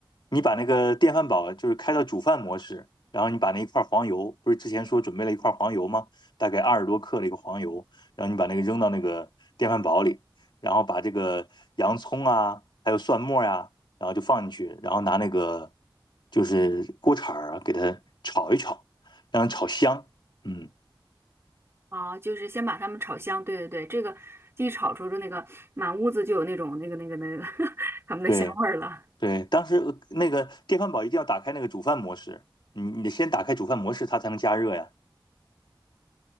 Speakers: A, on the left; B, on the right.
A: 你把那个电饭煲就是开到煮饭模式，然后你把那一块黄油，不是之前说准备了一块黄油吗？大概二十多克的一个黄油，然后你把那个扔到那个电饭煲里，然后把这个洋葱啊，还有蒜末呀、然后就放进去，然后拿那个就是锅铲儿啊，给它炒一炒，让它炒香。嗯，
B: 啊！就是先把它们炒香。对对对，这个一炒出的那个满屋子就有那种那个那个那个 <laughs> 它们的香味儿了。
A: 对对，当时呃那个电饭煲一定要打开那个煮饭模式，你你得先打开煮饭模式，它才能加热呀，